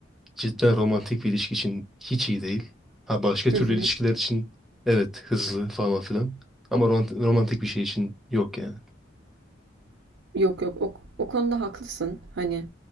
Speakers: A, in the centre; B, on the right (about 75°).
A: cidden romantik bir ilişki için hiç iyi değil. Ha başka
B: Hı
A: türlü
B: hı.
A: ilişkiler için evet hızlı falan filan. Ama rom- romantik bir şey için yok yani.
B: Yok yok o, o konuda haklısın. Hani